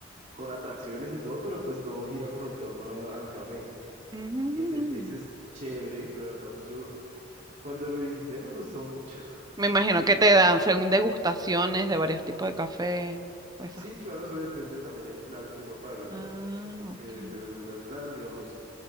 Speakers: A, on the right; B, on the right.
A: con atracciones y todo, pero pues todo gira como en torno a- al café.
B: mm.
A: Ese, ese es chévere, la verdad, pues yo cuando lo visité me gustó mucho. <laughs>
B: Me imagino
A: Es divertido.
B: que te dan según degustaciones de varios tipos de café o esas
A: Sí,
B: cosas.
A: claro, eso depende también el plan que uno pague, ¿no?
B: Ah,
A: Porque
B: ok.
A: depende del plan, digamos,